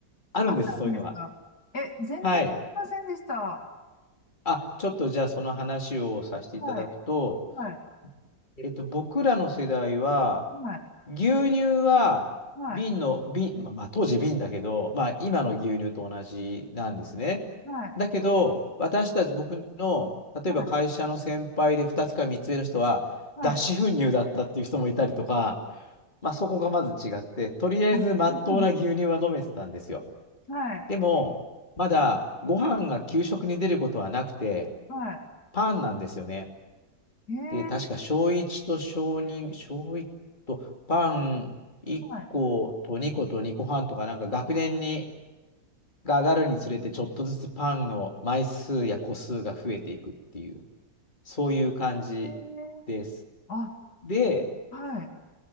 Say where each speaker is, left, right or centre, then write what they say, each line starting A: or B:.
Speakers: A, on the left (about 30°); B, on the left (about 65°).
A: あるんです、
B: あったんですかえ、
A: そういうのが。
B: 全然知りませんでした。
A: はい。あ、ちょっとじゃあその話をさせていただくと、
B: はい。はい。
A: えっと、僕らの世代は、
B: はい。
A: 牛乳は瓶の、
B: はい。
A: 瓶、まあ、まあ当時瓶だけど、まあ今の牛乳と同じなんですね。
B: はい。
A: だけど、私たち、僕の、例えば会社の先輩で2つか3つ目の人は、
B: はい。はい。
A: 脱脂粉乳だったっていう人もいたりとか、まあそこがまず違って、とりあえず真っ当な牛乳は飲めてたんですよ。
B: <laughs> あびっくりはい。
A: でも、まだご飯が給食に出ることはなくて、
B: は
A: パンなんですよね。
B: い。えー。
A: で、確か小1と小2、小1とパン1個と2個と2個半とか、
B: は
A: なんか学年にが上がるにつれて、ちょっとずつパンの枚数や個数が増えていくっていう、そういう感じです。
B: い。えー。あ、
A: で、
B: はい。